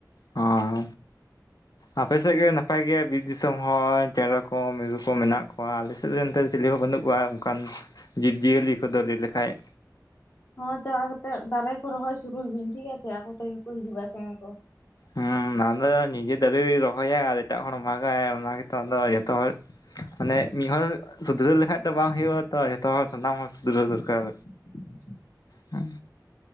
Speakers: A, on the left; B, on the left.
A: ᱦᱚᱸ᱾ ᱟᱯᱮ ᱥᱮᱜ ᱜᱮ ᱱᱟᱯᱟᱭ ᱜᱮᱭᱟ ᱵᱤᱨ ᱫᱤᱥᱚᱢ ᱦᱚᱭ᱾ ᱪᱮᱬᱮ ᱠᱚ ᱢᱤᱨᱩ ᱠᱚ ᱢᱮᱱᱟᱜ ᱠᱚᱣᱟ᱾ ᱟᱞᱮ ᱥᱮᱫ ᱨᱮ ᱚᱱᱛᱮ ᱪᱤᱞᱤ ᱦᱚᱸ ᱵᱟᱹᱱᱩᱜ ᱠᱚᱣᱟ ᱚᱱᱠᱟᱱ ᱡᱤᱵᱽᱼᱡᱤᱭᱟᱹᱞᱤ ᱠᱚᱫᱚ ᱞᱟᱹᱤ ᱞᱮᱠᱷᱟᱱᱡ᱾
B: ᱦᱚᱸ ᱪᱟᱞᱟᱣ ᱠᱟᱛᱮᱜ ᱫᱟᱨᱮ ᱠᱚ ᱨᱚᱦᱚᱭ ᱥᱩᱨᱩᱭ ᱵᱤᱱ ᱴᱷᱤᱠ ᱟᱪᱷᱮ, ᱟᱠᱚᱛᱜᱮ ᱠᱚ ᱦᱤᱡᱩᱜᱼᱟ ᱪᱮᱬᱮᱸ ᱠᱚ᱾
A: ᱦᱮᱸ ᱟᱫᱚ ᱱᱤᱡᱮ ᱫᱟᱨᱮ ᱨᱚᱦᱚᱭᱟ ᱟᱨ ᱮᱴᱟᱜ ᱦᱚᱲ ᱢᱟᱜᱟᱭ, ᱚᱱᱟ ᱜᱮᱛᱚ ᱟᱫᱚ ᱡᱷᱚᱛᱚ ᱦᱚᱲ ᱢᱟᱱᱮ ᱢᱤᱫᱦᱚᱲ ᱥᱩᱫᱷᱨᱟᱹᱣ ᱞᱮᱠᱷᱟᱡ ᱫᱚ ᱵᱟᱝ ᱦᱩᱭᱩᱜᱼᱟ ᱛᱚ, ᱡᱷᱚᱛᱚ ᱦᱚᱲ ᱥᱟᱱᱟᱢ ᱦᱚᱲ ᱥᱩᱫᱷᱨᱟᱹᱣ ᱫᱚᱨᱠᱟᱨ᱾
B: <inaudible>
A: ᱦᱮᱸ᱾